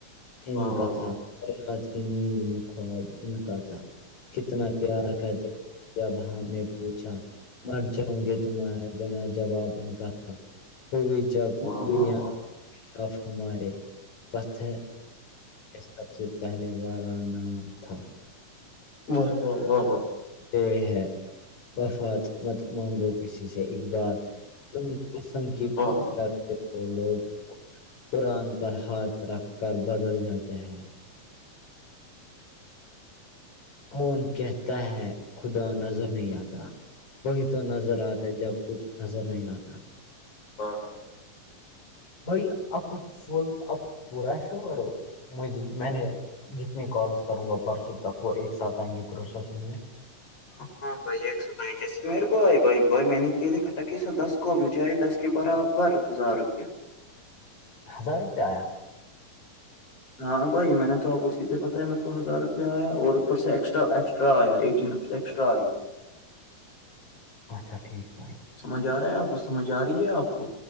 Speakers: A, on the left; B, on the left.
A: ان
B: واہ واہ
A: کا
B: واہ
A: تھا ات کی نیند میں خواب ان کا تھا کتنا پیار کر د جب ہم نے پوچھا مر جاؤں گے تمہارا بنا جواب ان کا تھا ہوئی جب
B: واہ واہ واہ واہ واہ واہ واہ واہ واہ
A: دنیا
B: واہ واہ واہ واہ واہ
A: اب ہمارے پت سب سے پہلے والارا نام تھا
B: وہ وہ وہ وہ
A: یہ ہے وفات مت مانگو کسی سے بات تم قسم کی بات
B: واہ واہ
A: کر وہ لوگ قرآن پر ہاتھ رکھ کر بدل جاتے ہیں کون کہتا ہے خدا نظر نہیں آتا وہی تو نظر آتا جب کچھ نظر نہیں آتا
B: ہاںاں
A: بائی آخ فل آپ پورا شو کرو م میں نے جتنی کالس کروں گا پرسوں تک وہ ایک ساتھ آئیں گے پروسیسنگ میں
B: ہ ہاں بییا جیسے مے کو بھائی بھائی میں نے کہ تھے کٹ کے سر دس کو مجھےئے دس کے برابر ہزار روپیہ
A: ہزار روپئے آیا
B: ہاں بھائی میں نے توپ کو اسیے پتا ہے میرے کو ہزار روپیہ آیا اور اوپر سے ایکٹا ایکسٹرا آیا ایٹین روپ ایکسٹرا آ
A: اچھا ٹھیک بائی
B: سمجھ آ رہا ہے آپ کو سمجھ آ رہی ہے آپ کو